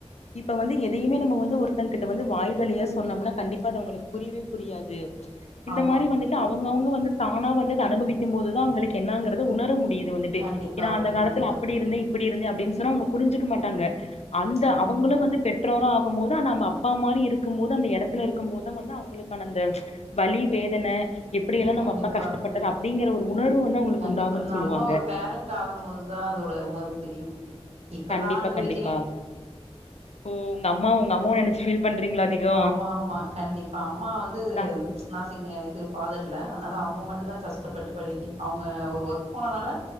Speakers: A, on the left; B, on the right.
A: இப்ப வந்து எதையுமே நம்ம வந்து ஒருத்தன் கிட்ட வந்து வாய் வழியா சொன்னோம்னா கண்டிப்பா அது அவங்களுக்கு புரியவே புரியாது இந்த
B: ஆமா
A: மாரி வந்துட்டு அவங்கவுங்க வந்து தானா வந்து அனுபவிக்கும் போதுதான் அவங்களுக்கு என்னங்கறது உணர முடியுது வந்துட்டு
B: கண்டிப்பாக
A: ஏன்னா அந்த காலத்தில்
B: கண்டிப்பாக
A: அப்புடி இருந்த இப்படி இருந்த அப்புடின்னு சொன்ன அவுங்க புரிஞ்சுக்க மாட்டாங்க அந்த
B: ம்
A: அவ் அவங்களும வந்து பெற்றோர ஆகும் போது அது நம்ம அப்பா மாரி இருக்கும்போது அந்த இடத்துல இருக்கும் போதுதான் வந்து அவங்களுக்கான அந்த வழி வேதன எப்படி எல்லாம்
B: கண்டிப்பா
A: நம்ப அப்பா கஷ்டப்பட்டாரு அப்புடிங்கிற ஒரு உணர்வு வந்து அவங்களுக்கு
B: கண்டிப்பா
A: உண்டாகுன்னு
B: நம்ம
A: சொல்லுவாங்க
B: ஒரு பேரண்டட் ஆகும் போதுதான் அதோட உணர்வு தெரியு இப்ப
A: கண்டிப்பா
B: நா அனுபவிக்கிறே
A: கண்டிப்பா ஓ உங்க அம்மா உங்க அம்மாவ நினைச்சு ஃபீல் பண்றீங்களா அதிகோ
B: ஆமா ஆமா கண்டிப்பா அம்மா வந்து
A: ஆ
B: நா ங்க இது ஃபாதர் இல்ல அதனால அவங்க மட்டு தான் கஷ்டப்பட்டு படிக்கு அவுங்க ஒரு ஒர்க் போனதுனால